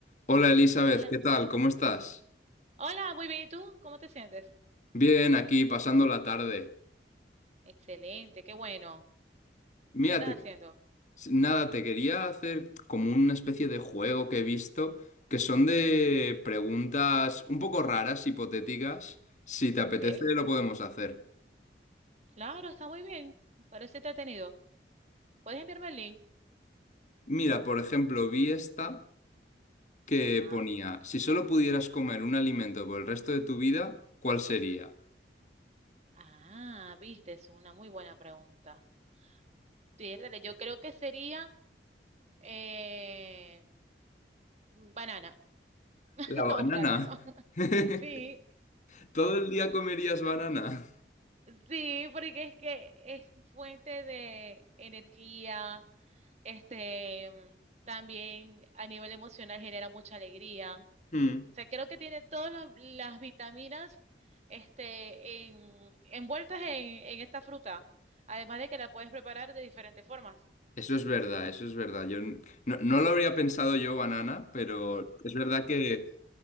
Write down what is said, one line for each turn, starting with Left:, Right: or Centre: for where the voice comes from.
Left: Hola Elizabeth,
Right: Hola,
Left: ¿qué tal? ¿Cómo estás?
Right: hola, muy bien, ¿y tú? ¿Cómo te sientes?
Left: Bien, aquí pasando la tarde.
Right: Excelente, qué bueno.
Left: Mira,
Right: ¿Qué andas
Left: te-
Right: haciendo?
Left: nada, te quería hacer como una especie de juego que he visto, que son de preguntas un poco raras, hipotéticas. Si te apetece,
Right: Ok,
Left: lo podemos hacer.
Right: claro, está muy bien, parece entretenido. ¿Puedes enviarme el link?
Left: Mira, por ejemplo, vi esta que
Right: Ajá,
Left: ponía, si solo pudieras comer un alimento por el resto de tu vida, ¿cuál sería?
Right: ah, viste, es una muy buena pregunta. Piérdale, yo creo que sería eh, banana <laughs>
Left: La banana.
Right: o plátano. <laughs>
Left: <laughs>
Right: Sí,
Left: ¿Todo el día comerías banana?
Right: sí, porque es que es fuente de energía, Este, también a nivel emocional genera mucha alegría.
Left: Hmm.
Right: O sea, creo que tiene todas las, las vitaminas, este, en, envueltas en, en esta fruta. Además de que la puedes preparar de diferentes formas.
Left: Eso es verdad, eso es verdad. Yo n- no, no lo habría pensado yo, banana, pero es verdad que,